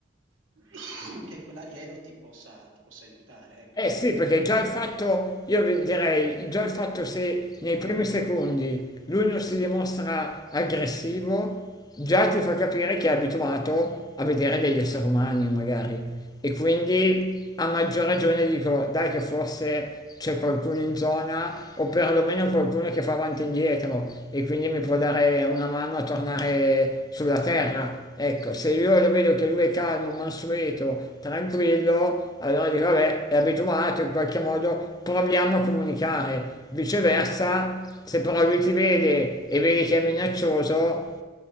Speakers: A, on the right; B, on the left.
A: <coughs> che quell'alieno ti possa, ti possa aiutare, ecco.
B: Eh sì, perché già il fatto, io vi- direi, già il fatto se nei primi secondi lui non si dimostra aggressivo, già ti fa capire che è abituato a vedere degli esseri umani magari e quindi a maggior ragione dico dai che forse c'è qualcuno in zona o perlomeno qualcuno che fa avanti e indietro e quindi mi può dare una mano a tornare sulla terra. Ecco, se io lo vedo che lui è calmo, mansueto, tranquillo, allora dico vabbè, è abituato in qualche modo, proviamo a comunicare. Viceversa, se però lui ti vede e vedi che è minaccioso,